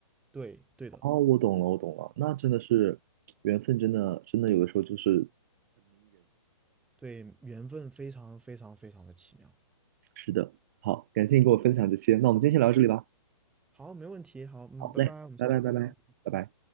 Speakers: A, in the centre; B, on the right (about 30°).
A: 对对的，
B: 哦，我懂了，我懂了，那真的是缘分，真的，真的有的时候就是
A: 对，缘分非常非常非常的奇妙。
B: 是的。好，感谢你跟我分享这些，那我们今天先聊到这里吧。
A: 好，没问题，好，嗯，
B: 好嘞，
A: 拜拜，我们下次再聊。
B: 拜拜，拜拜，拜拜。